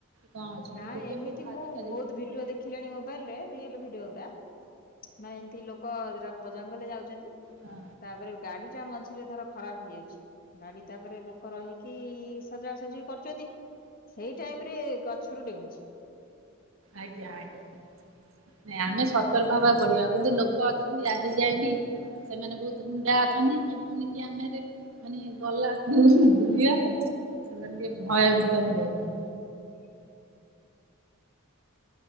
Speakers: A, on the right; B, on the left.
A: କଣ ଅଛି
B: ନାଇଁ
A: ଲୋକ
B: ଏମିତି
A: ସବୁ
B: ମୁଁ
A: ଆଜିକାଲି
B: ବହୁତ ଭିଡିଓ ଦେଖିଲିଣି ମୋବାଇଲରେ ରିଲ ଭିଡିଓ ଗୁରା। ମାନେ ଏମତି ଲୋକ ଜଙ୍ଗଲରେ ଯାଉଛନ୍ତି।
A: ହଁ
B: ତାପରେ ଗାଡି ଟା ମଝିରେ ଧର ଖରାପ ହେଇଯାଉଛି। ଗାଡି ତାପରେ ଲୋକ ରହିକି ସଜା ସଜି କରୁଛନ୍ତି ସେଇ ଟାଇମ ରେ ଗ ଛୁରୁ ଡେଉଁଛି।
A: ଆଜ୍ଞା ଆଜ୍ଞା ନାଇ ଆମେ ସତର୍କ ହବାକୁ ପଡିବ କିନ୍ତୁ ଲୋକ ଲୋକ ଅଛନ୍ତି ଆଜି ଯାଏଁ ବି ସେମାନେ ବହୁତ ହୁଣ୍ଡା ଅଛନ୍ତି ଯେବୁନି କି ଆମେରେ ମାନେ ଗଲା ବୁଲିବା ପାଇଁ ସେମାନେ ଟିକେ ଭୟଭୀତ ହେଇଯାଉଛନ୍ତି।
B: <inaudible> <unintelligible>